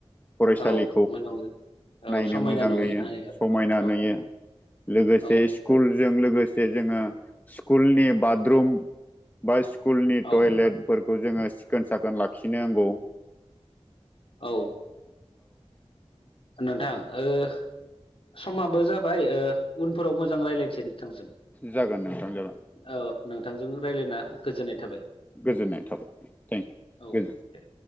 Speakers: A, on the left; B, on the left.
A: फरायसालि
B: औ मोजां औ
A: नायनो
B: समायना
A: मोजां
B: नुहैनो
A: नुयो
B: हायो
A: समायना
B: औ
A: नुयो लोगोसे
B: औ
A: स्कुल जों लोगोसे जोङो स्कुलनि बरुम बा स्कुलनि
B: औ
A: टयलेटफोरखौ जोङो सिखोन साखोन लाखिनो नांगौ
B: औ नोंथां समाबो जाबाय उनफोराव मोजां रायज्लायसिन
A: जागोन नोंथां जागोन
B: औ नोंथांजों रायज्लायना गोजोननाय थाबाय
A: गोजोननाय थाबाय थेंकिउ
B: औ द